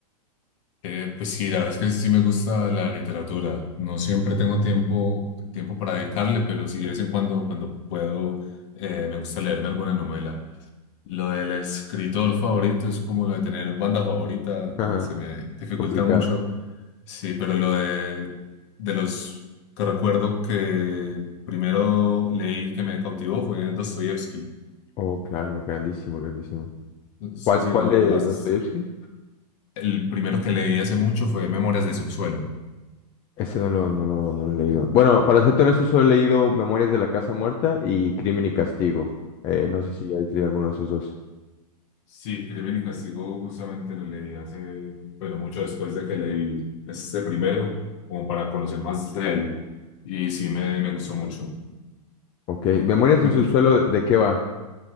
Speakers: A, on the left (about 45°); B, on the left (about 25°).
A: Eh, pues sí, la verdad es que sí me gusta la literatura. No siempre tengo tiempo, tiempo para dedicarle, pero sí de vez en cuando, cuando puedo, eh, me gusta leerme alguna novela. Lo del escritor favorito es como lo de tener banda favorita,
B: <laughs> Ajá,
A: se me dificulta
B: complicado.
A: mucho. Sí, pero lo de, de los que recuerdo que primero leí que me cautivó fue Dostoyevsky.
B: Oh, claro, grandísimo, grandísimo.
A: No sé
B: ¿Cuál,
A: si
B: cuál
A: lo
B: de
A: has-
B: Dostoyevsky?
A: El primero que leí hace mucho fue Memorias de Subsuelo.
B: Ese no lo, no lo, no lo he leído.
A: Eh,
B: Bueno, para ser honesto, solo he leído Memorias de la Casa Muerta y Crimen y Castigo. Eh, no sé si has leído alguno de esos dos.
A: Sí, Crimen y Castigo justamente lo leí hace, bueno, mucho después de que leí este primero, como para conocer más de él. Y sí, me, me gustó mucho.
B: Ok. Memorias del
A: Me-
B: subsuelo,
A: <laughs>
B: ¿de qué va?